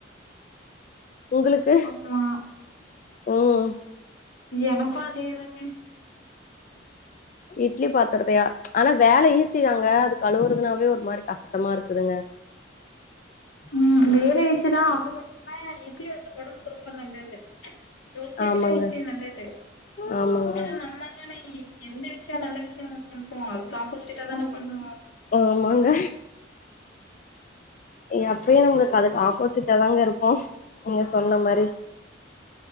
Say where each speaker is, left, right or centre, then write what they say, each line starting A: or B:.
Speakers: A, on the left (about 45°); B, on the left (about 80°).
A: உங்களுக்கு
B: ஆமா
A: ம்
B: எனக்கு அதேதாங்க
A: இட்லி பத் தருவியா ஆனா வேல ஈசிதாங்க அது கழுவுறதுனாவே ஒரு மாரி கஷ்டமா இருக்குதுங்க
B: ம் வேல ஈசிதா அதுவு இல்லாம இட்லி வந்து உடம்புக்கு ரொம்ப நல்லது தோசைய
A: ஆமாங்க
B: விட இட்லி நல்லது
A: ஆமாங்க
B: ஆனா நம்ம தானே எந்த விஷயோ நல்ல விஷயோ பண்ணுவோ அதுக்கு ஆப்போசிட்டா தானே பண்ணுவோ
A: ஆமாங்க எப்பயு நம்மளுக்கு அதுக்கு ஆப்போசிட்டா தாங்க இருப்போ நீங்க சொன்ன மாரி